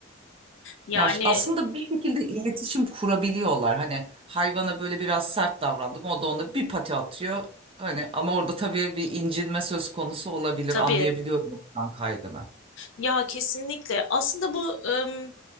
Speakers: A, on the left (about 65°); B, on the right (about 25°).
A: Yani
B: Ya ş- aslında bir şekilde iletişim kurabiliyorlar. Hani hayvana böyle biraz sert davrandım. O da ona bir pati atıyor. Hani ama orada tabii bir incinme söz konusu olabilir.
A: tabii
B: Anlayabiliyorum ondan kaygını.
A: Ya kesinlikle. Aslında bu ım,